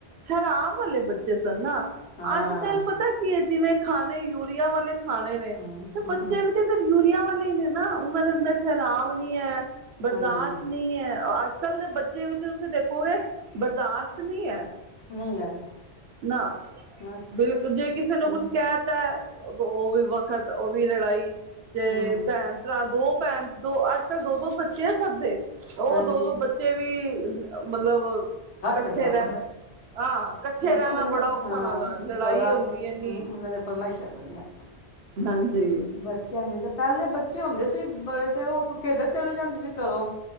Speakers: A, on the right; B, on the left.
A: ਹੈਰਾਮ ਵਾਲੇ ਬੱਚੇ ਸਨ ਨਾ
B: ਹਾਂ
A: ਅੱਜ ਕੱਲ ਪਤਾ ਕੀ ਹੈ ਜਿਵੇਂ ਖਾਣੇ ਯੂਰੀਆ ਵਾਲੇ ਖਾਣੇ ਨੇ
B: ਹੂੰ
A: ਤੇ
B: ਹੂੰ
A: ਬੱਚੇ
B: ਹੂੰ,
A: ਵੀ ਤੇ ਯੂਰੀਆਂ ਵਾਲੇ ਹੀ ਨੇ ਨਾ ਉਹਨਾਂ ਦੇ ਅੰਦਰ ਠਹਿਰਾਵ ਨਹੀਂ ਹੈ ਬਰਦਾਸ਼ਤ
B: ਹਾਂਜੀ
A: ਨਹੀਂ ਹੈ। ਅੱਜ ਕੱਲ ਦੇ ਬੱਚੇ ਵਿੱਚ ਤੁਸੀਂ ਦੇਖੋਗੇ ਬਰਦਾਸ਼ਤ ਨਹੀਂ ਹੈ।
B: <unintelligible>
A: ਨਾ
B: ਬਸ
A: ਬਿਲਕੁਲ ਜੇ ਕਿਸੇ ਨੂੰ
B: ਹੂੰ
A: ਕੁਛ ਕਹਿ ਤ ਹੈ ਉਹ ਵੀ ਵੱਖਤ ਉਹ ਵੀ ਲੜਾਈ ਤੇ
B: ਹੂੰ
A: ਭੈਣ ਭਰਾ ਦੋ ਭੈਣ ਦੋ ਅੱਜ ਕੱਲ ਦੋ ਦੋ ਬੱਚੇ ਆ ਸਭ ਦੇ ਉਹ
B: ਹਾਂਜੀ
A: ਦੋ ਦੋ ਬੱਚੇ ਵੀ ਮਤਲਬ ਇਕੱਠੇ
B: ਦੇ ਬਰਾਬਰ
A: ਰਹਿਣ ਹਾਂ ਥੇਰਾਂ
B: ਮਤਲਬ ਉਹਨਾਂ
A: ਨਾਲ
B: ਦੀਆਂ
A: ਬੜਾ ਔਖਾ
B: ਹਾਂ
A: ਉਹਨਾਂ ਦਾ ਲੜਾਈ
B: ਬੜਾ
A: ਹੁੰਦੀ ਇਨੀ
B: ਹਮ, ਉਹਨਾਂ ਦੇ ਫਰਮਾਇਸ਼ਾਂ ਬੜੀਆਂ
A: ਹਾਂਜੀ
B: ਬੱਚਿਆਂ ਦੇ ਤੇ ਪਹਿਲੇ ਬੱਚੇ ਹੁੰਦੇ ਸੀ ਬੜੇ ਤੇ ਉਹ ਖੇਡਣ ਚਲੇ ਜਾਂਦੇ ਸੀ ਕਦੋਂ